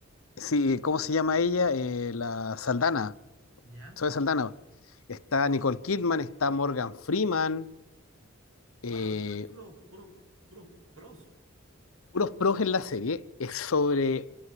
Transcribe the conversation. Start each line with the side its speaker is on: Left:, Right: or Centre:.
Left: Sí, ¿cómo se llama ella? Eh, la Saldana,
Right: ¿Ya?
Left: Zoe Saldana. Está Nicole Kidman, está Morgan Freeman. eh,
Right: ¡Wow! Puro, puro, puro pros.
Left: puros pros en la serie es sobre